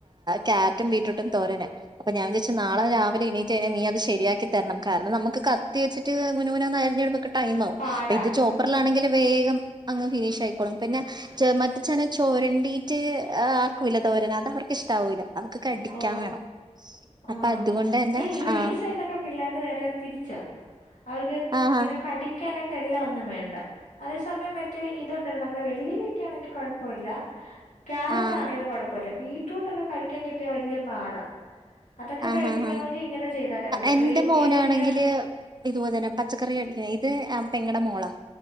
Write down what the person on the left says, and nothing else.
പാടാ
ഉം
ഓ
ആ
ഹേയ് ഇവിടെ
ഈ സൈഡിലൊക്കെ പിള്ളേർക്ക് നേരെതിരിച്ചാ അവർക്ക്
ഇങ്ങനെ കടിക്കാനായിട്ട് എല്ലാം ഒന്നും വേണ്ട അതേ സമയം മറ്റേ ഇതൊണ്ടായിരുന്ന നമ്മുടെ വെള്ളിരിയൊക്കെ ആണെങ്കിൽ കുഴപ്പമില്ല. ക്യാരറ്റ്
ആണേലും കൊഴപ്പോല്ല ബീറ്റ്‌റൂട്ടൊക്കെ കഴിക്കാൻ കിട്ടിയാ വലൃപാടാ അതൊക്കെ
കഴിപ്പിക്കണമെങ്കി
ഇങ്ങനെ ചെയ്താലേ പറ്റില്ല
ഗ്രേറ്റ്
ചെയ്തുകഴിഞ്ഞാ